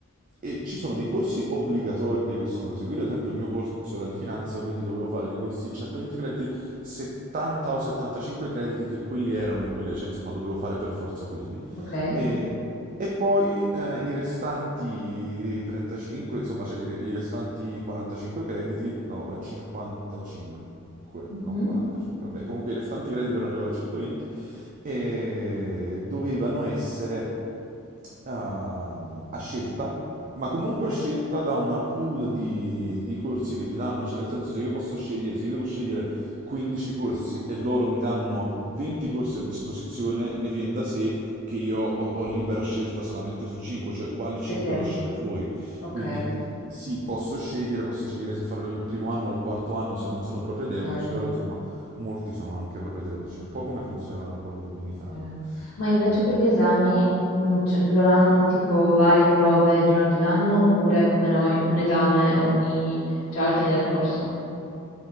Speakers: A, on the right; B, on the left.
A: e ci sono dei corsi obbligatori che sono da seguire, ad esempio il mio corso era di finanza, quindi dovevo fare di questi 120 crediti 70 o 75 crediti che quelli erano e quelli, cioè insomma dovevo fare per forza quelli.
B: ok.
A: E, e poi eh, i restanti 35, insomma, cioè i, re- i restanti 45 crediti, no, 55,
B: Mhm.
A: no, 45, vabbè, comunque i restanti crediti per arrivare a 120 e dovevano essere ehm, a scelta, ma comunque
B: Ok.
A: a scelta da una pool di, di corsi che ti danno, cioè nel senso se io posso scegliere, se io devo scegliere 15 corsi e loro mi danno 20 corsi a disposizione, ne viene da sé che io ho, ho libera scelta solamente su 5, cioè quali 5
B: Sì, sì,
A: lasciare fuori.
B: ok,
A: Quindi sì, posso scegliere, posso scegliere se farlo il primo anno o il quarto anno se non sono propedeutici,
B: ok.
A: però insomma Molti sono anche propedeutici, un po' come funziona poi in Italia.
B: Eh, Ma invece
A: Per
B: per
A: cui-
B: gli esami, mm, cioè, loro hanno tipo varie prove durante l'anno oppure come noi un esame ogni, cioè alla fine del corso?